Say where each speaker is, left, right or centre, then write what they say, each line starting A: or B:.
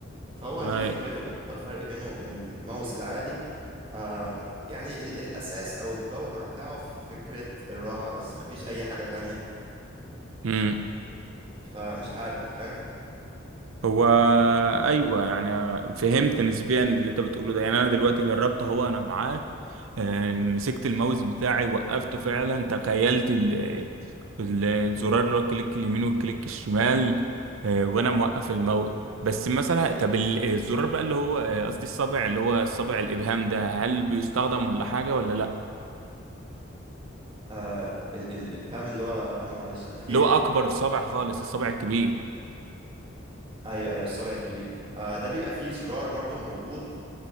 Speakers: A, on the right; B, on the right.
A: فهو
B: اي
A: دي فكرته بطل الفرق بينه وبين الماوس العادي آم، يعني ال الأساس أو الجوهر بتاعه في فكرة الراحة بس مفيش أي حاجة تانية
B: امم
A: فمش عارف فاهم
B: هو ايوه يعني فهمت نسبيا اللي انت بتقوله ده يعني انا دلوقتي جربت اهو انا معاك آه، مسكت الماوس بتاعي وقفته فعلا تخيلت ال- ال- الزرار اللي هو الكليك اليمين والكليك الشمال آه، وانا موقف الماوس بس مثلا طب ال- الزرار بقى اللي هو آه، قصدي الصابع اللي هو الصابع الابهام ده هل بيستخدم ولا حاجه ولا لا
A: آه ال الإبهام اللي هو أنا معلش الأخير
B: اللي هو اكبر صابع خالص الصابع الكبير
A: أيوه أيوه الصبع الكبير آه ده بيبقى فيه زرار برضو موجود